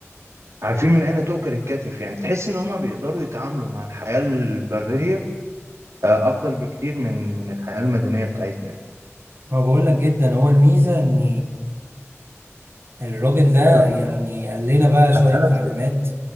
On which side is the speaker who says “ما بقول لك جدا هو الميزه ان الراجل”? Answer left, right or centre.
Right